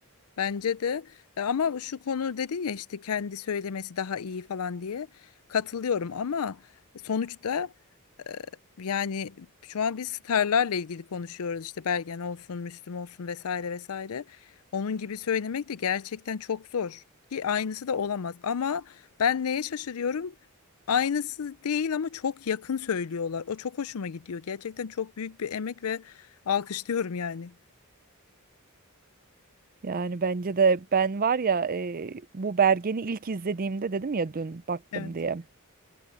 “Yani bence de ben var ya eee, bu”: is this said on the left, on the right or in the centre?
Right